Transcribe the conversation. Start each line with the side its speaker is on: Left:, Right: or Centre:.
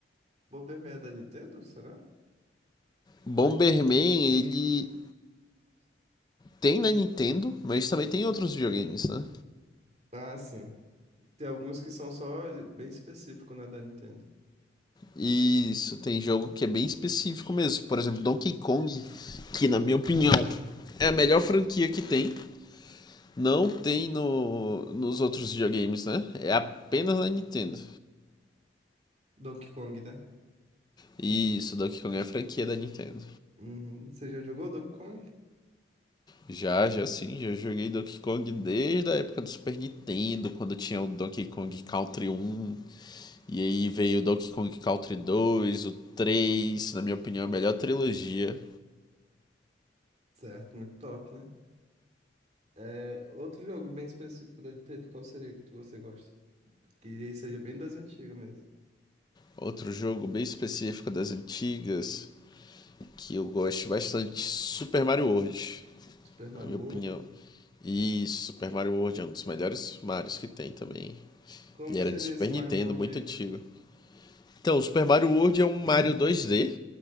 Right: Bomberman é da Nintendo, será?
Left: Bomberman, ele tem na Nintendo, mas também tem em outros videogames, né?
Right: Ah, sim. Tem alguns que são só bem específicos, né, da Nintendo.
Left: Isso, tem jogo que é bem específico mesmo. Por exemplo, Donkey Kong, que na minha opinião é a melhor franquia que tem. Não tem no, nos outros videogames, né? É apenas na Nintendo.
Right: Donkey Kong, né?
Left: Isso, Donkey Kong é a franquia da Nintendo.
Right: Uhum. Você já jogou Donkey Kong?
Left: Já, já sim, já joguei Donkey Kong desde a época do Super Nintendo, quando tinha o Donkey Kong Country 1, E aí veio Donkey Kong Country 2, o 3, na minha opinião, a melhor trilogia.
Right: Certo, muito top, né? É, outro jogo bem específico da Nintendo, qual seria que você gosta? Que seja bem das antigas mesmo.
Left: Outro jogo bem específico das antigas, que eu gosto bastante, Super Mario World,
Right: Super Mario
Left: na minha
Right: World.
Left: opinião. E Super Mario World é um dos melhores Marios que tem também.
Right: Como
Left: Ele
Right: que
Left: era
Right: seria
Left: de Super
Right: esse Mario
Left: Nintendo,
Right: World
Left: muito
Right: aí?
Left: antigo. Então, Super Mario World é um
Right: <clears throat>
Left: Mario 2D,